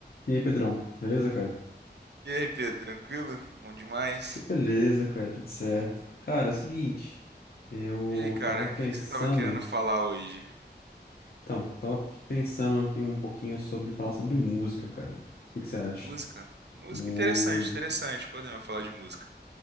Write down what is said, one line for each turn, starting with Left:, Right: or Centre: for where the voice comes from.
Left: E aí, Pedrão, beleza, cara?
Right: E aí, Pedro, tranquilo? Bom demais.
Left: Tô beleza, cara, tudo certo. Cara, é o seguinte, eu
Right: E aí, cara,
Left: tava pensando.
Right: o que que você tava querendo falar hoje?
Left: Então, tava aqui pensando aqui um pouquinho sobre falar sobre música, cara. O que que você acha?
Right: Música? Música
Left: Música.
Right: interessante, interessante. Podemos falar de música.